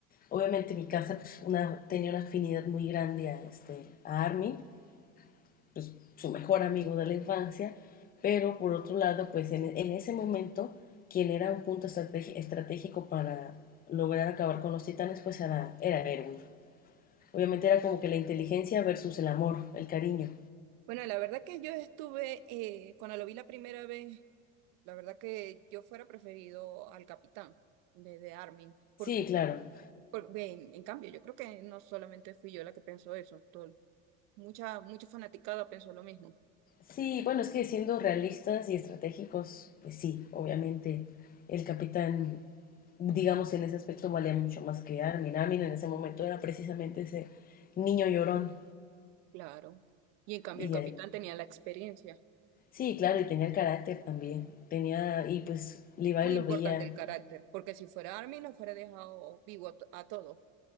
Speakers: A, on the left; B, on the right.
A: obviamente mi casa pues, una, tenía una afinidad muy grande a, este, a Armin, pues, su mejor amigo de la infancia, pero por otro lado, pues en, en ese momento, quien era un punto estrategi- estratégico para lograr acabar con los titanes, pues era, era Erwin. Obviamente era como que la inteligencia versus el amor, el cariño.
B: Bueno, la verdad que yo estuve, eh, cuando lo vi la primera vez. La verdad que yo fuera preferido al capitán en vez de Armin, porque,
A: Sí, claro.
B: por- ve, en, en cambio, yo creo que no solamente fui yo la que pensó eso, todo- mucha, mucha fanaticada pensó lo mismo,
A: Sí, bueno, es que siendo realistas y estratégicos, pues sí, obviamente el capitán, digamos, en ese aspecto valía mucho más que Armin. Armin en ese momento era precisamente ese niño llorón
B: claro. Y en cambio
A: y
B: el capitán
A: eh,
B: tenía la experiencia,
A: Sí, claro, y tenía el carácter también. Tenía, y pues Levi
B: muy
A: lo
B: importante
A: veía.
B: el carácter, porque si fuera Armin lo fuera dejado vivo a, to- a todos.